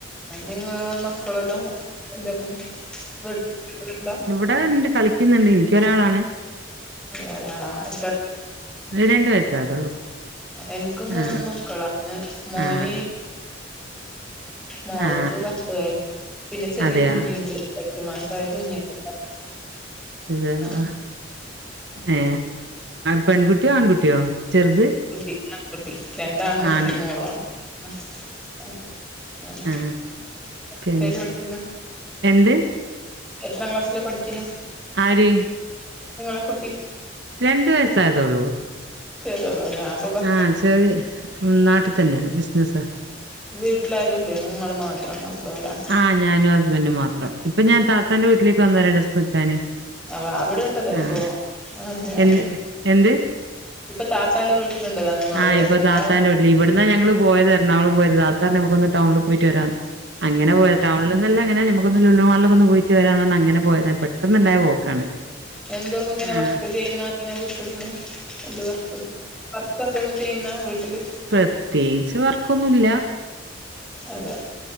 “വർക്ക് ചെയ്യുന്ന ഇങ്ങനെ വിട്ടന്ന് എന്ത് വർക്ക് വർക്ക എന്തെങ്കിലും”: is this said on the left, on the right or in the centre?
Centre